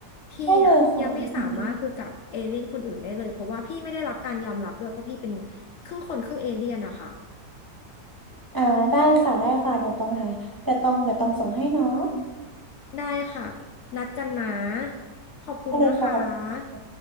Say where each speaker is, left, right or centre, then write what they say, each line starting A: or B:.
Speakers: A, on the left; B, on the right.
A: พี่อะยังไม่สามารถคุยกับเอเลี่ยนคนอื่นได้เลยเพราะว่าพี่ไม่ได้รับการยอมรับด้วยเพราะพี่เป็น
B: ได้เลยค่ะมี
A: ครึ่งคนครึ่งเอเลี่ยนอะค่ะ
B: อ่าได้ค่ะได้ค่ะเดี๋ยวต้องหาเดี๋ยวต้องเดี๋ยวต้องส่งให้เนาะ
A: ได้ค่ะนัดกันนะขอบคุณนะคะ
B: ได้เลยค่ะ